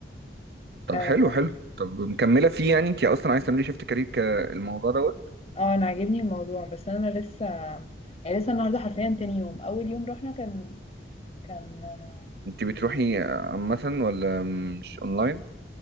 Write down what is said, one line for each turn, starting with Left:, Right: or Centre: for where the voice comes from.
Right: طب
Left: اه
Right: حلو حلو طب مكملة فيه يعني انت اصلا عايز تعملي شيفت كارير كالموضوع دوت
Left: آه، انا عاجبني الموضوع بس انا لسه يعني لسه النهارده حرفيا تاني يوم اول يوم رحنا كان كان آه،
Right: انت بتروحي عامة ولا مش اونلاين